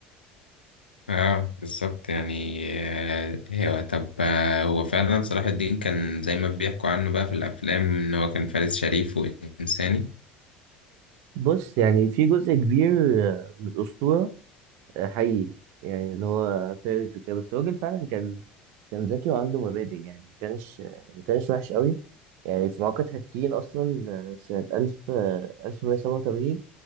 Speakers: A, on the left; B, on the right.
A: اه بالظبط يعني آه، هو طب آه، هو فعلا صلاح الدين كان زي ما بيحكوا عنه بقى في الافلام ان هو كان فارس شريف وانساني
B: بص يعني في جزء كبير آه، من الأسطورة آه، حقيقي يعني اللي هو فارس وكده بس الراجل فعلا كان كان ذكي وعنده مبادئ يعني ما كانش ما كانش وحش قوي يعني في معركة حطين أصلا آه، سنة ألف آه، ألف مية سبعة وتمانين